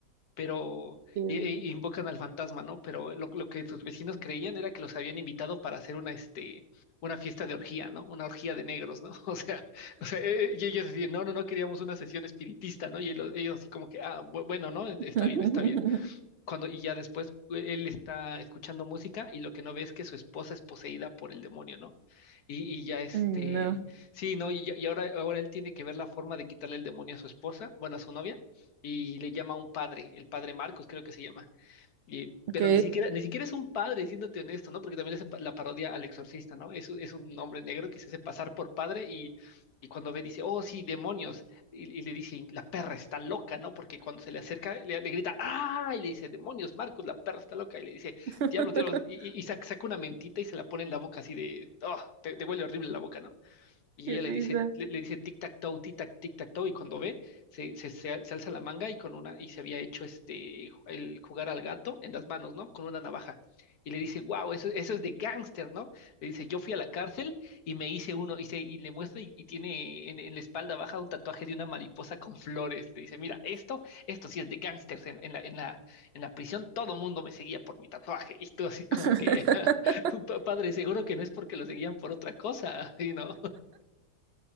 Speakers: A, on the left (about 70°); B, on the right (about 60°).
A: pero
B: Bien.
A: y- y invocan al fantasma, ¿no? Pero lo, lo que sus vecinos creían era que los habían invitado para hacer una, este, una fiesta de orgía, ¿no? Una orgía de negros, ¿no? <laughs> O sea, o sea, eh, y ellos decían, no, no, no queríamos una sesión espiritista, ¿no? Y lo- ellos así como que, ah, bu- bueno, ¿no? Está
B: <laughs>
A: bien, está bien cuando, y ya después eh, él está escuchando música y lo que no ve es que su esposa es poseída por el demonio, ¿no? Y, y ya este,
B: Mm, No,
A: sí, ¿no? Y, ya- y ahora, ahora él tiene que ver la forma de quitarle el demonio a su esposa, bueno, a su novia, y le llama a un padre, el padre Marcos creo que se llama. Y,
B: ok.
A: pero ni siquiera, ni siquiera es un padre, siéndote honesto, ¿no? Porque también es la parodia al exorcista, ¿no? Es, un- es un hombre negro que se hace pasar por padre y, y cuando ve dice, oh, sí, demonios. Y, y le dice, la perra está loca, ¿no? Porque cuando se le acerca, le, le grita, ¡ah! Y le dice, demonios, Marcos, la perra está loca. Y le dice,
B: <laughs>
A: diablos, diablos. Y, y- y sac- saca una mentita y se la pone en la boca así de, oh, te, te huele horrible la boca, ¿no? y
B: Qué
A: ella
B: risa.
A: le dice, le, le dice tic-tac-toe, tic-tac, tic-tac-toe, y cuando ve, se, se, se- se alza la manga y con una, y se había hecho este, el jugar al gato en las manos, ¿no? Con una navaja. Y le dice, wow, eso, eso es de gángster, ¿no? Le dice, yo fui a la cárcel y me hice uno, y, se, y le muestra y, y tiene en, en la espalda baja un tatuaje de una mariposa con flores. Le dice, mira, esto, esto sí es de gángsters en, en la, en la, en la prisión, todo mundo me seguía por mi tatuaje. <laughs> Y tú así como
B: <laughs>
A: que, <laughs> padre, seguro que no es porque lo seguían por otra cosa, <laughs> ¿sí, no?